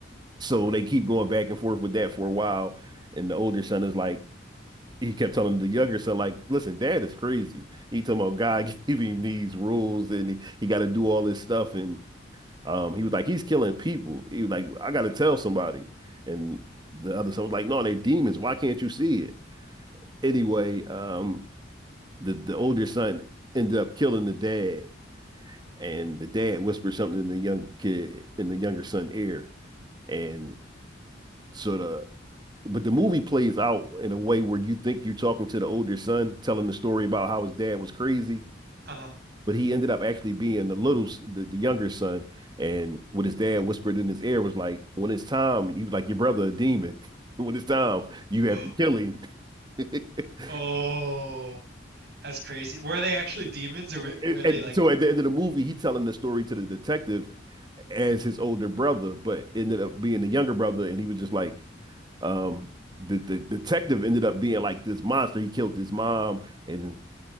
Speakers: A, on the right (about 25°); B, on the right (about 55°).
A: so they keep going back and forth with that for a while. And the older son is like, he kept telling the younger son, like, listen, dad is crazy. He talking about God <laughs> giving him these rules and he, he got to do all this stuff. And um, he was like, he's killing people. He was like, I got to tell somebody. And the other son was like, no, they're demons. Why can't you see it? Anyway, um, the, the older son ended up killing the dad. And the dad whispered something in the young kid, in the younger son ear. And sort of But the movie plays out in a way where you think you're talking to the older son, telling the story about how his dad was crazy,
B: Uh,
A: but he ended up actually being the little, s- the, the younger son. And what his dad whispered in his ear was like, when it's time, he was like, your brother a demon. <laughs> When it's time, you
B: <gasps>
A: have to kill him. <laughs>
B: oh, that's crazy. Were they actually demons or were, were
A: And
B: they
A: and
B: like?
A: so at the end of the movie, he telling the story to the detective as his older brother, but ended up being the younger brother. And he was just like, um, the, the detective ended up being like this monster. He killed his mom and